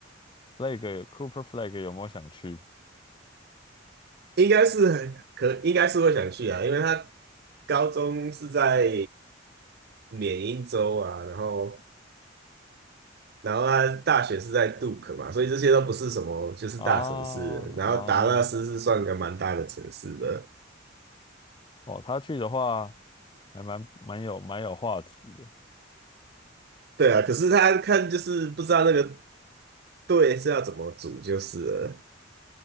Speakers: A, on the left; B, on the right.
A: Flag 有 Cooper Flag 有没有想去
B: <laughs> 应该是很可，应该是会想去啊，因为他高中是在缅因州啊，然后然后他大学是在杜克嘛，所以这些都不是什么就是大城市，
A: 啊
B: 然后达拉斯是算个蛮大的城市的，
A: 啊哦，他去的话还蛮蛮有蛮有话题的。
B: 对啊，可是他看就是不知道那个队是要怎么组就是了，